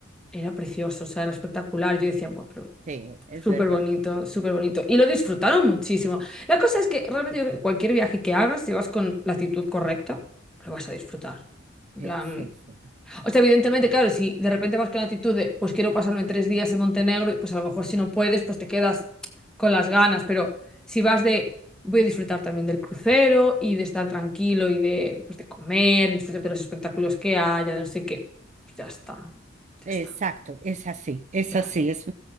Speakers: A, in the centre; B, on the right.
A: era precioso, o sea, era espectacular. Yo decía, bueno,
B: sí, es
A: Súper
B: verdad.
A: bonito, súper bonito. Y lo disfrutaron muchísimo. La cosa es que realmente yo creo que cualquier viaje que hagas, si vas con la actitud correcta, lo vas a disfrutar. En
B: Eh,
A: plan.
B: sí, sí.
A: O sea, evidentemente, claro, si de repente vas con la actitud de, pues quiero pasarme tres días en Montenegro, y pues a lo mejor si no puedes, pues te quedas con las ganas. Pero si vas de, voy a disfrutar también del crucero y de estar tranquilo y de, pues de comer, disfrutar de los espectáculos que haya, de no sé qué, pues ya está. Ya
B: Exacto,
A: está.
B: es así, es
A: Claro.
B: así. Es,